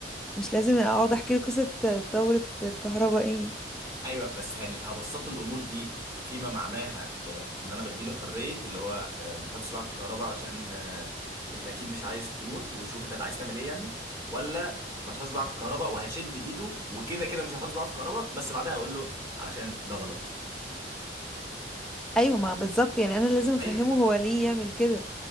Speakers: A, in the centre; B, on the right.
A: مش لازم اقعد احكي له قصه دوره الكهرباء ايه
B: ايوه بس يعني هبسط له الامور دي فيما معناها آه، ان انا بديله حريه اللي هو آه، ما تحطش صباعك في كهرباء علشان آه، انت اكيد مش عايز تموت وشوف انت عايز تعمل ايه يعني ولا ما تحطش صباعك في كهرباء وهشد ايده وكده كده مش هحط صباعي في كهرباء بس بعدها هقول له علشان ده غلط
A: ايوه ما بالظبط يعني انا لازم افهمه
B: ايوه
A: هو ليه يعمل كده